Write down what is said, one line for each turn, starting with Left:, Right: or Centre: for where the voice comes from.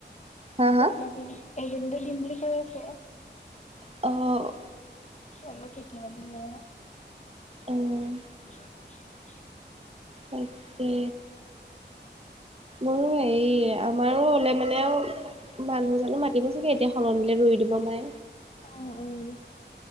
Right: হা
Left: কথাত
Right: হা?
Left: এদি এদিনতে দিম বুলি কৈ আছে।
Right: অঁ।
Left: কি হ'ব কেতিয়াবা দিলে অ
Right: উম।
Left: <unintelligible>
Right: তাকে। মোৰোঁ এই আমাৰোঁ হ'লে মানেও মানুহ জানো মাতিব চাগে এতিয়া সলনিলে ৰুই দিব পাৰে।
Left: অ উম।